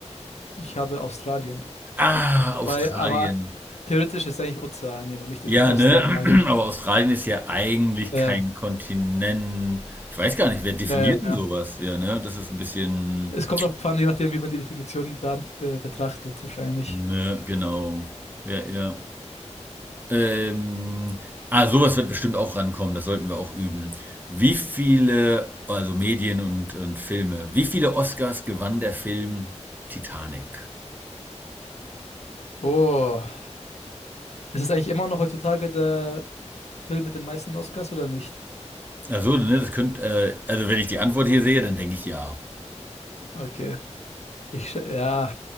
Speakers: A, on the left; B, on the right.
A: ich habe Australien.
B: Ah,
A: Wobei,
B: Australien.
A: aber theoretisch ist eigentlich Ozeanien und nicht wirklich
B: Ja,
A: Australien.
B: ne? <clears throat> Aber Australien ist ja eigentlich
A: Äh,
B: kein Kontinent. Ich weiß gar nicht, wer definiert
A: naja,
B: denn
A: ja.
B: sowas? Ja, ne? Das ist ein bisschen.
A: es kommt auch an, je nachdem, wie man die Definition beant- äh, betrachtet, wahrscheinlich.
B: Ne, genau. Ja, ja. Ähm, ah, sowas wird bestimmt auch rankommen. Das sollten wir auch üben. Wie viele, also Medien und, und Filme, wie viele Oscars gewann der Film Titanic?
A: Oh, ist es eigentlich immer noch heutzutage der Film mit den meisten Oscars oder nicht?
B: Also, ne, das könnte, äh, also wenn ich die Antwort hier sehe, dann denke ich ja.
A: Okay, ich, schä- ja,